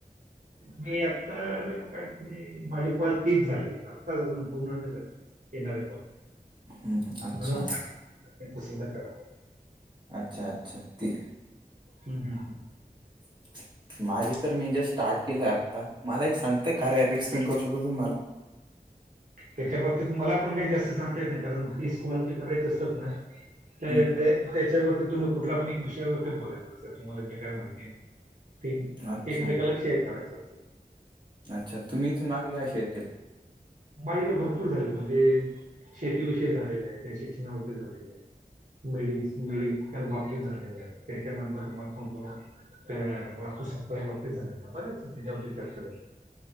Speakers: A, on the right; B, on the right.
A: मी आता काय माझे कॉल तीस झाले आत्ताच अजून पूर्ण नाही झाले येणारे कोण
B: हम्म, अच्छा
A: म्हणून सांगितलं त्याचं पूर्ण करा
B: अच्छा अच्छा ते
A: ह हहम
B: <unintelligible> माझे तर मी जे स्टार्ट केलं आत्ता मला एक सांगतय कार्य एक्सप्लेन करू शकतो तुम्ही मला
A: त्याच्या बाबतीत मला पण काही जास्त सांगता येत नाही कारण तीस कॉल जे करायच असत नाही त्याच्यावरती
B: हम्म,
A: तुम्ही कुठल्या पण एक विषयावरती बोलायच सर तुम्हाला जे काय माहिती आहे ते
B: अच्छा
A: एकमेकाला शेअर करायच असते
B: अच्छा तुम्ही त मागे काय शेअर केलं
A: माझला भरपूर झाले म्हणजे शेतीविषयी झालेलं आहे त्या शिक्षणामध्ये झालेलं आहे मिळीस मिळीस काल बाबतीत झालेल्या आहे त्याच्यानंतर तुम्हाला सांगतो म वास्तू शास्त्राच्या बाबतीत झाले बरेच त्याच्यावरती चर्चा झाले